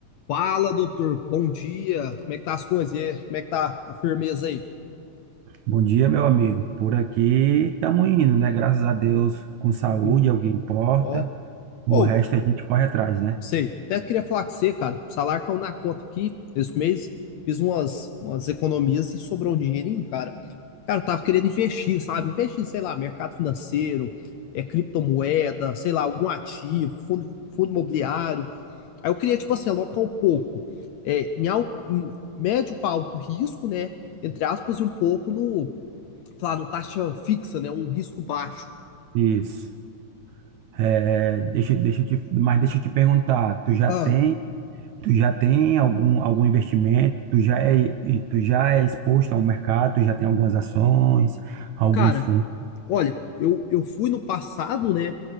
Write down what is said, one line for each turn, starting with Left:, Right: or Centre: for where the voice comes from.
Left: Fala, doutor. Bom dia. Como é que tá as coisas? E aí, como é que tá a firmeza aí?
Right: Bom dia, meu amigo. Por aqui estamos indo, né? Graças a Deus, com saúde,
Left: Uhum.
Right: é o que importa.
Left: Ó.
Right: O
Left: Ou
Right: resto a gente corre atrás, né?
Left: sei. Até queria falar com você, cara. O salário caiu na conta aqui esse mês. Fiz umas, umas economias e sobrou um dinheirinho, cara. Cara, eu tava querendo investir, sabe? Investir, sei lá, mercado financeiro, é, criptomoeda, sei lá, algum ativo, fundo, fundo imobiliário. Aí eu queria, tipo assim, alocar um pouco é, em, alto, em médio para alto risco, né? Entre aspas, e um pouco no lá no taxa fixa, né? Um risco baixo.
Right: Isso. É, deixa, deixa eu te, mas deixa eu te perguntar, tu já
Left: Ah,
Right: tem, tu já tem algum, algum investimento? Tu já é, e tu já é exposto ao mercado? Tu já tem algumas ações, alguns
Left: cara,
Right: fundos?
Left: olha, eu, eu fui no passado, né?